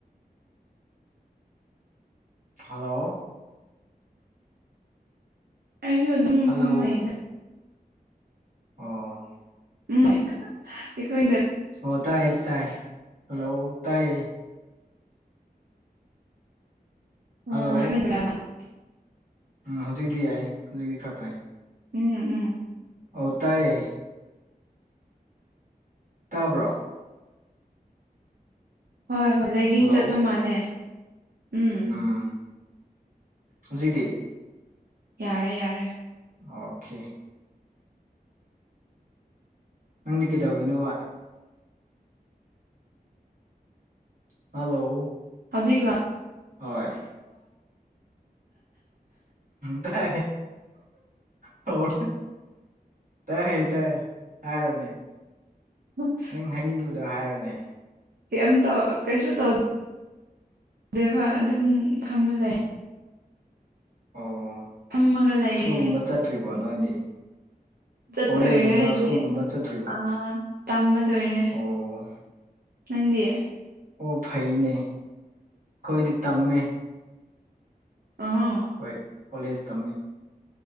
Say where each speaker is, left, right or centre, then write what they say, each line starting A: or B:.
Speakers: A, on the right; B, on the right.
A: ꯍꯜꯂꯣ
B: ꯑꯩꯁꯨ ꯑꯗꯨꯝ
A: ꯍꯜꯂꯣ
B: ꯐꯝꯃ ꯂꯩꯗ
A: ꯑꯣ
B: ꯎꯝ ꯑꯩꯈꯣꯏꯅ
A: ꯑꯣ ꯇꯥꯏ ꯇꯥꯏ ꯍꯜꯂꯣ ꯇꯥꯢꯌꯦ
B: ꯑꯝ
A: ꯍꯜꯂꯣ
B: <inaudible>
A: ꯎꯝ ꯍꯧꯖꯤꯛꯇꯤ ꯌꯥꯏ ꯍꯧꯖꯤꯛꯇꯤ ꯈꯔ ꯐꯩ
B: ꯎꯝ ꯎꯝ
A: ꯑꯣ ꯇꯥꯢꯌꯦ ꯇꯥꯕ꯭ꯔꯣ
B: ꯍꯣꯏ ꯍꯣꯏ ꯂꯥꯏꯒꯤꯡ
A: ꯍꯜꯂꯣ
B: ꯆꯠꯄ ꯃꯥꯜꯂꯦ ꯎꯝ
A: ꯎꯝ ꯍꯧꯖꯤꯛꯇꯤ
B: ꯌꯥꯔꯦ ꯌꯥꯔꯦ
A: ꯑꯣꯀꯦ ꯅꯪꯗꯤ ꯀꯩꯗꯧꯔꯤꯅꯣꯕ ꯍꯜꯂꯣ
B: ꯍꯧꯖꯤꯛ ꯂ
A: ꯍꯣꯏ ꯇ ꯍ ꯇ ꯍꯦ ꯇꯥꯏ ꯍꯥꯏꯔꯣꯅꯦ
B: ꯎꯝ
A: ꯅꯪ ꯍꯥꯏꯅꯤꯡꯕꯗꯣ ꯍꯥꯏꯔꯣꯅꯦ
B: ꯀꯩꯝꯇꯧ ꯀꯩꯁꯨ ꯇꯧꯗꯦꯕ ꯑꯗꯨꯝ ꯐꯝꯃ ꯂꯩ
A: ꯑꯣ
B: ꯐꯝꯃꯒ ꯂꯩꯌꯦ
A: ꯁ꯭ꯀꯨꯜꯒꯨꯝꯕ ꯆꯠꯇ꯭ꯔꯤꯕꯣ ꯅꯣꯏꯗꯤ
B: ꯆꯠꯄ
A: ꯀꯣꯂꯦꯖꯀꯨꯝꯕ
B: ꯂꯣꯏꯔꯦ ꯑꯩꯗꯤ
A: ꯁ꯭ꯀꯨꯜꯒꯨꯝꯕ ꯆꯠꯇ꯭ꯔꯤꯕꯣ
B: ꯑꯥ ꯇꯝꯕ ꯂꯣꯏꯔꯦ
A: ꯑꯣ
B: ꯅꯪꯗꯤ
A: ꯑꯣ ꯐꯩꯅꯦ ꯑꯩꯈꯣꯏꯗꯤ ꯇꯝꯃꯤ
B: ꯑꯥꯝ
A: ꯑꯩꯈꯣꯏ ꯀꯣꯂꯦꯖ ꯇꯝꯃꯤ